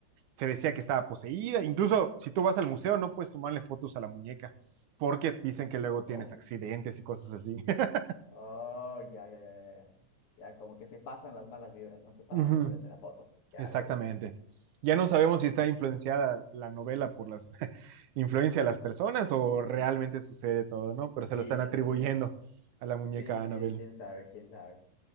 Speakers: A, on the right; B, on the left.
A: se decía que estaba poseída. Incluso si tú vas al museo, no puedes tomarle fotos a la muñeca, porque dicen que luego
B: ¿No?
A: tienes accidentes y cosas así. <laughs>
B: Oh, ya, ya, ya, ya, ya. Ya, como que se pasan las malas vibras, ¿no? Se pasan
A: Ujú.
B: las malas vibras en la foto. Ya,
A: Exactamente.
B: ya, ya.
A: Ya no sabemos si está influenciada la novela por las <laughs> influencia de las personas o realmente sucede todo, ¿no? Pero
B: Sí,
A: se lo están
B: sí,
A: atribuyendo
B: sí, sí.
A: a la muñeca
B: Sí, sí,
A: Annabelle.
B: quién sabe, quién sabe.